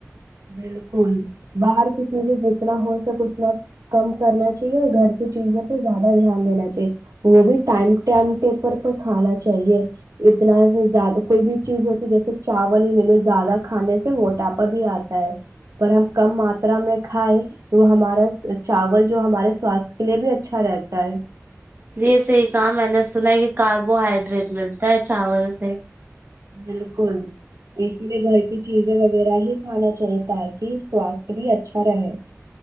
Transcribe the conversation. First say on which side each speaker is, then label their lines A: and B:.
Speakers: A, on the right; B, on the right.
A: بالکل باہر کی چیزیں جتنا ہو سک اتنا کم کرنا چاہیے اور گھر کی چیزوں پہ زیادہ دھیان دینا چاہیے وہ بھی ٹائم ٹمٹیپر پر کھانا چاہیے اتنا زیادہ کوئی بھی چیز ہوتی جیسے چاول ہی لے لو زیادہ کھانے سے موٹاپا بھی آتا پر ہم کم ماترا میں کھائائے تو وہ ہمارا چاول جو ہمارے سواستھ کے لیے بھی اچھا رہتا ہے
B: یہ صحی کہا میں نے سنا ہے کہ کاربوہائڈریٹ ملتا ہے چاول سے
A: بالکل اسی لیے گھر کی چیزیں وغیرہ ہی کھانا چاہیے ت کہ سواستھ بھی اچھا رہے